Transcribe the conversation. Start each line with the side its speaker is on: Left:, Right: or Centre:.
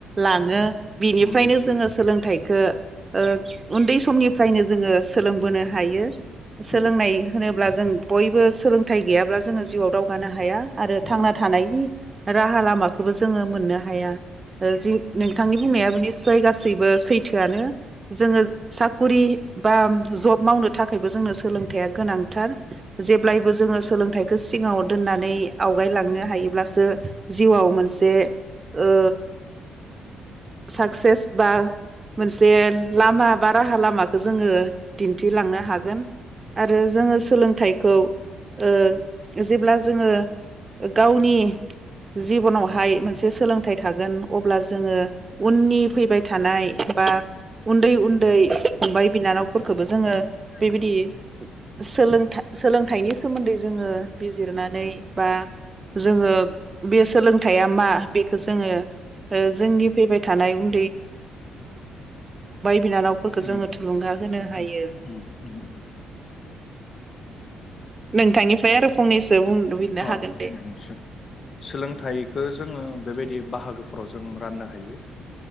Right: लाङो बिनिफ्रायनो
Left: उम निसय
Right: जोङो सोलोंथाइखौ ओ उन्दै समनिफ्रायनो जोङो सोलोंबोनो हायो सोलोंनाय
Left: उम
Right: होनोब्ला जों बयबो सोलोंथाइ गैयाब्ला जोङो जिउआव दावगानो हाया आरो थांना
Left: नंगौ
Right: थानायनि राहाला मा खोबो जोङो मोननो हाया जि नोंथांनि बुंनायाबो निस्सय गासैबो सैथोआनो जोङो साकुरि बा जब मावनो थाखायबो जोंनो सोलोंथाइया गोनां थार जेब्लायबो जोङो सोलोंथाइखौ सिगाङाव दोननानै आवगायलांनो हायोब्लासो जिउआव मोनसे ओ साक्सेस बा मोनसे लामा बा राहा लामाखौ जोङो दिन्थिलांनो हागोन आरो जोङो थायखौ ओ जेब्ला जोङो गावनि जिबनावहाय मोनसे सोलोंथाइ थागोन अब्ला जोङो उननि थानाय बा उन्दै उन्दै फंबाय बिनानावफोरखौबो जोङो बेबायदि
Left: जोङो
Right: सोलों था सोलोंथाइनि सोमोन्दै जोङो बिजिरनानै बा जोङो बे सोलोंथाइया मा बेखौ जोङो ओ जोंनि फैबाय थानाय उन बिनानावफोरखौ
Left: उम
Right: जोङो थुलुंगा होनो हायो
Left: उम
Right: नोंथांनिफ्राय आरो फंनैसो बुं लुबैनो
Left: अ
Right: हागोन दे
Left: नंगौसै सोलोंथाइखौ जोङो बेबायदि बाहागोफोराव जों राननो हायो